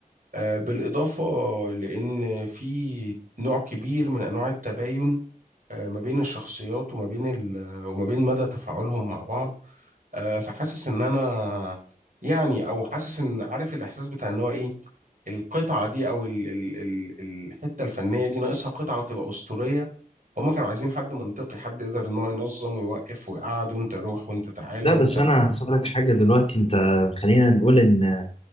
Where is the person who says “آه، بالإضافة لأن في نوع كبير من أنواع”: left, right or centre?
Right